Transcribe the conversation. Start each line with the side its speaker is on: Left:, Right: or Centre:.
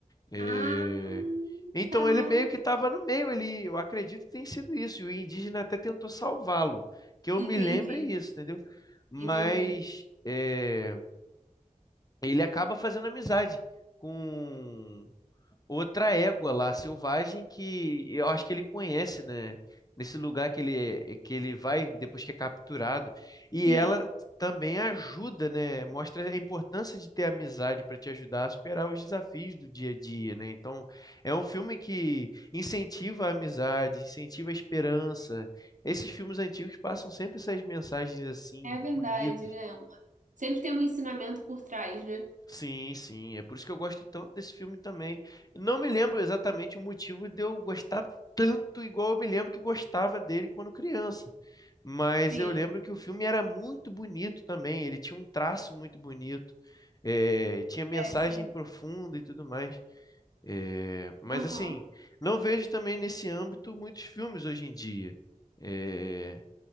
Left: É,
Right: Ah,
Left: Então
Right: tá.
Left: ele meio que estava no meio, ele, eu acredito que tenha sido isso, e o indígena até tentou salvá-lo, que eu
Right: Entendi,
Left: me lembro é isso, entendeu? Mas
Right: entendi.
Left: é, ele acaba fazendo amizade com outra égua lá, selvagem, que eu acho que ele conhece, né? Nesse lugar que ele, que ele vai depois que é capturado. E
Right: Sim,
Left: ela também ajuda, né? Mostra a importância de ter amizade para te ajudar a superar os desafios do dia a dia, né? Então, é um filme que incentiva a amizade, incentiva a esperança. Esses filmes antigos passam sempre essas mensagens assim,
Right: é verdade,
Left: bonitas.
Right: né? Sempre tem um ensinamento por trás, né?
Left: Sim, sim. É por isso que eu gosto tanto desse filme também. Não me lembro exatamente o motivo de eu gostar tanto, igual eu me lembro que gostava dele quando criança. Mas
Right: Sim.
Left: eu lembro que o filme era muito bonito também. Ele tinha um traço muito bonito, eh, tinha mensagem
Right: É, sim.
Left: profunda e tudo mais. Eh, mas
Right: Aham.
Left: assim, não vejo também nesse âmbito muitos filmes hoje em dia. Eh,